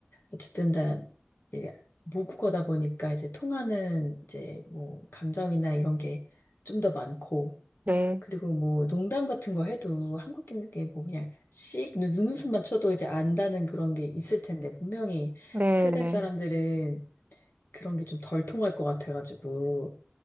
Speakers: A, on the left; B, on the right.
A: 어쨌든 다 이제 모국어다 보니까 이제 통하는 이제 뭐 감정이나 이런 게 좀 더 많고
B: 네.
A: 그리고 뭐 농담 같은 거 해도 한국인들께 뭐 그냥 씩 눈- 눈웃음만 쳐도 이제 안다는 그런 게 있을 텐데 분명히
B: 네.
A: 스웨덴
B: 네.
A: 사람들은 그런 게 좀 덜 통할 것 같아가지고,